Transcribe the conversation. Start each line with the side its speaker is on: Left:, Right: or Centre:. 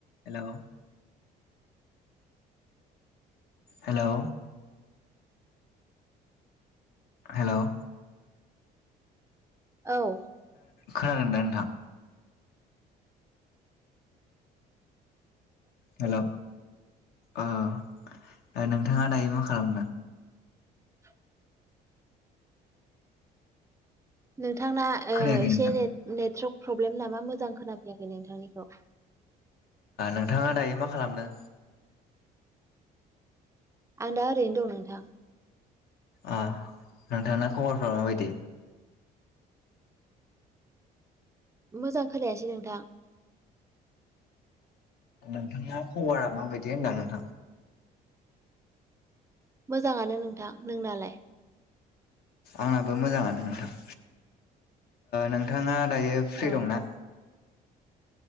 Left: हेल' हेलौ हेल'
Right: औ
Left: खोनादों दा नोंथां हेल' औ नोंथाङा दायो मा खालामदों
Right: <inaudible> नोंथांना एसे
Left: खोनायाखै नोंथां।
Right: नेटवर््क प्रब्लेम नामा मोजां खोनाफैयाखै नोंथांनिखौ
Left: नोंथाङा दायो मा खालामदों
Right: आं दा ओरैनो दं नोंथां
Left: अ नोंथांा खबरफ्रा माबायदि
Right: मोजां खोलायासै नोंथां
Left: नोंथां खबरा माबायदि होनदां नोंथां
Right: मोजाङानो नोंथां नोंनालाय
Left: आंनाबो मोजाङानो नोंथां नोंथाङा दायो फ्रि
Right: औ
Left: दंनाा